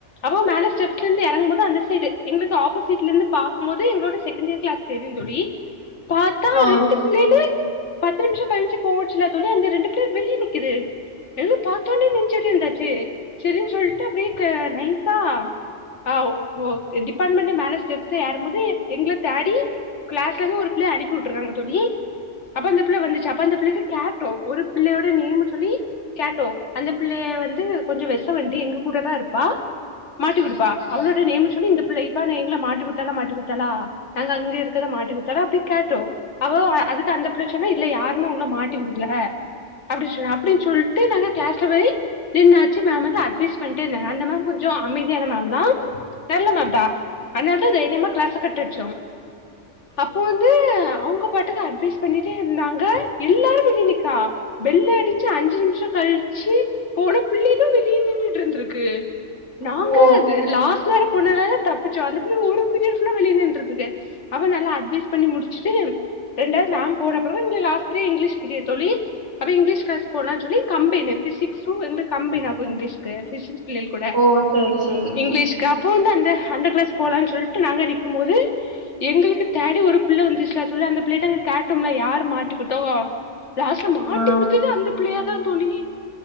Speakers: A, on the left (about 70°); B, on the right (about 75°).
A: அப்போ மேல ஸ்டெப்ஸ் ப்லருந்து எறங்கும்போது அந்த சைடு எங்களுக்கு அப்போசிட்ல இருந்து பாக்கும் போது எங்களோட செகண்ட் இயர் கிளாஸ் தெரியு தோழி பாத்தா
B: ஆ
A: ரெண்டு பிள்ளையலு பத்து நிமிஷோ கழிஞ்சு போச்சுல தோழி அந்த ரெண்டு பேரு வெளிய நிக்குது நின்னு பாத்தோனே நெஞ்சு வலி வந்தாச்சு சரின்னு சொல்ட்டு அப்டியே நைஸா ஆ டிபார்ட்மெண்ட் மேல ஸ்டெப்ஸ்ல ஏறும் போது எங்கள தேடி கிளாஸ்லருந்து ஒரு பிள்ளைய அனுப்பி விட்டுருக்காங்க தோழி அப்ப அந்த பிள்ள வந்துச்சு அப்ப அந்த பிள்ளட கேட்டோ ஒரு பிள்ளயோட நேமு சொல்லி கேட்டோ அந்த பிள்ளைய வந்து கொஞ்ச வெசவண்டி எங்க கூட தா இருப்பா மாட்டி குடுப் ப்பா அவளோட நேம சொல்லி இந்த பிள்ளை இஃபான எங்கள மாட்டி குத்தால மாட்டி குத்தால நாங்க அங்க இருக்கிற மாட்டிகுட்டல அப்டி கேட்டோ அவோ அதுக்கு அந்த பிள்ள சொன்ன இல்ல யாருமே உங்கள மாட்டி குடுக்கல அப்டி சொன்ன அப்டின்னு சொல்லிட்டு நாங்க கிளாஸ்ல போய் நின்னாச்சி மேம் வந்து அட்வைஸ் பண்ணிட்டே இருந்தங்க அந்த மேம் கொஞ்ச அமைதியான மேம் மேம் நல்லமேம் தா அதனால்தா தைரியமா கிளாஸ் கட்டுடிச்சோ அப்போ வந்து அவங்க பாட்டுக்கு அட்வைஸ் பண்ணிட்டே இருந்தாங்க எல்லாரு வெளியா நிக்கா பேல்லடிச்சு அஞ்சு நிமிஷோ கழிச்சி போன பிள்ளைடடும் வெளிய நின்னுட்டுருந்திருக்கு நா
B: ஹலோ
A: லாஸ்ட் நேர போனனால தப்பிச்சோ அந்த புள்ள ஒரு பீரியட் ஃபுல் ஆ வெளிய நின்னுற்றுந்திருக்கு அவ நல்லா அட்வைஸ் பண்ணி முடிச்சுட்டு ரெண்டாவது மேம் போன பிறகு <unintelligible> லாஸ்டு ப்ரியட் இங்கிலீஷ் ப்ரியட் தோழி அப்ப இங்கீஷ்கிளாஸ் போலானு சொல்லி கம்பைன்னு ஃபிசிக்ஸ்வு ரெண்டு கம்பைன்னு ஆகு இங்கிலீஷ்க்கு ஃபிசிக்ஸ் கூட
B: ஓ சேரி சேரி
A: இங்கிலீஷ்க்கு அப்போ வந்து அந்த அந்த கிளாஸ் போகலானு சொல்ட்டு நாங்க நிக்கு போது எங்களுக்கு தேடி ஒரு பிள்ள வந்துச்சுலா தோழி அந்த பிள்ளயிட்ட கேட்டோம்ல யார் மாட்டிக்கிட்டோ லாஸ்ட்ல மாட்டி
B: ஆ
A: குடுத்ததே அந்த பிள்ளையாதா தோழி